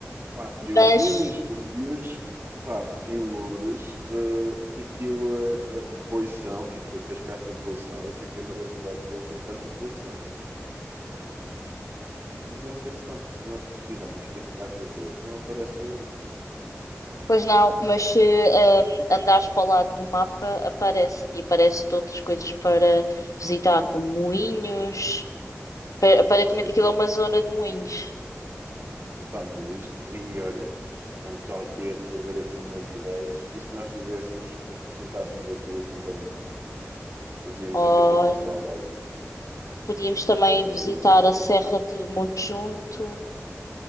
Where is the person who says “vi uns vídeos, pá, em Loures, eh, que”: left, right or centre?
Right